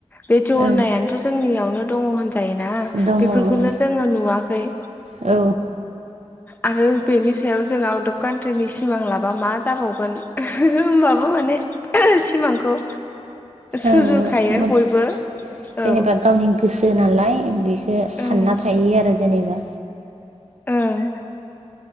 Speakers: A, on the left; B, on the right.
A: बे जरनायानोथ'
B: ओं
A: जोंनियावनो दङ होनजायोना
B: दङ
A: बेफोरखौनो
B: ओं
A: जोङो नुवाखै
B: औ।
A: आरो बेनि सायाव जों आउट अफ कान्ट्रिनि सिमां लाबा मा जाबावगोन। माबा माने सिमांखौ सुजुखायो
B: ओं मोनसे
A: बयबो
B: जेनेबा
A: औ।
B: गावनि गोसो नालाय बेखो सानना
A: ओं
B: थायो आरो जेनेबा
A: ओं।